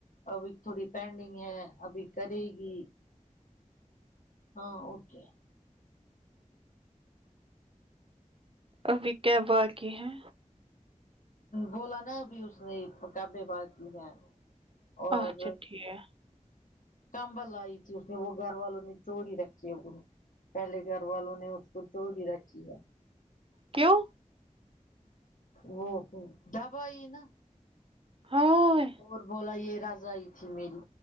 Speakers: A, on the left (about 80°); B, on the right (about 45°).
A: ابھی تھوڑی پینڈنگ ہے ابھی کریے گی ہاں اوکے
B: ابھی کیا باقی ہے
A: بولا نا ابھی اس نے کبے باز کی ہیں اور
B: اچھا ٹھیک ہے
A: کمبل لائی تھی اس نے وہ گھر والوں نے چوری رکھی ہے وہ پہلے گھر والوں نے اس کو چوری رکھی ہے
B: کیوں
A: وہ ڈب آئی نا
B: ہائے
A: اور بولا یہ رضائی تھی میری